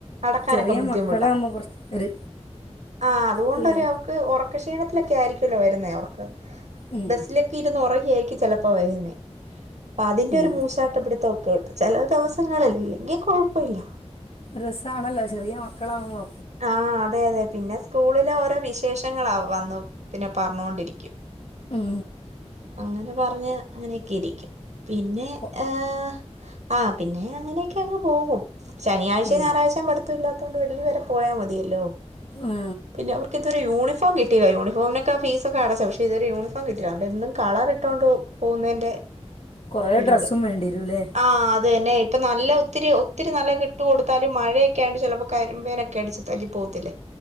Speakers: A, on the right (about 75°); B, on the left (about 65°).
A: അടക്കാനൊക്കെ
B: ചെറിയ
A: ബുദ്ധിമുട്ടാ
B: മക്കളാകുമ്പോൾ കുറച്ച് ഒരു
A: ആ അതുകൊണ്ടൊരു
B: അല്ലേ
A: അവക്ക് ഉറ ക്ക ക്ഷീണത്തിലൊക്കെ ആയിരിക്കു ല്ലോ വരുന്നേ ഉറക്ക്
B: ഉം
A: ബസ്സിലൊക്കെ ഇരുന്ന് ഉറങ്ങി ആയിരിക്കും ചിലപ്പോ വരുന്നേ അപ്പൊ അതിന്റെ
B: ഉം
A: ഒരു മൂശാട്ടപിടുത്ത ഒക്കെ ഉണ്ട് ചില ദിവസങ്ങളിൽ ഇല്ലെങ്കി കുഴപ്പമില്ല
B: രസാണല്ലോ ചെറിയ മക്കളാവുമ്പോ
A: ആഹ് അതെ അതെ പിന്നെ സ്കൂളിലെ ഓരോ വിശേഷങ്ങള വന്നു പിന്നെ പറഞ്ഞൊണ്ടിരിക്കും
B: ഉം
A: അങ്ങനെ പറഞ്ഞ് അങ്ങനെയൊക്കെ ഇരിക്കും പിന്നെ
B: ഓ
A: ഏഹ് ആഹ് പിന്നെ അങ്ങനെയൊക്കെ അങ്ങ് പോകും ശനിയാഴ്ചേ
B: ഉം
A: ഞായറാഴ്ചേ പഠുത്തം ഇല്ലാത്തൊണ്ട് വെള്ളി വരെ പോയാ മതിയല്ലോ
B: ആ
A: പിന്നെ അവർക്ക് ഇതുവരെ യൂണിഫം കിട്ടില്ല യൂണിഫോമിനക്കെ ഫീസ് ക്കെഅടച്ച പക്ഷെ ഇതുവരെ യൂണിഫോം കിട്ടീല അതൊണ്ട് എന്നും കളറ്ട്ടോ ട്ട് പോകുന്നേന്റെ
B: കുറേ
A: ഒരിത്
B: ഡ്രസ്സും വേണ്ടി വരൂല്ലേ
A: ആഹ്അത് തന്നെ ഇപ്പം നല്ല ഒത്തിരി ഒത്തിരി നല്ല ക്കെ ഇട്ടു കൊടുത്താലും മഴ ക്കെ ആയെണ്ട് ചിലപ്പോ കരിമ്പന അടിച്ച് തല്ലി പോകത്തില്ലേ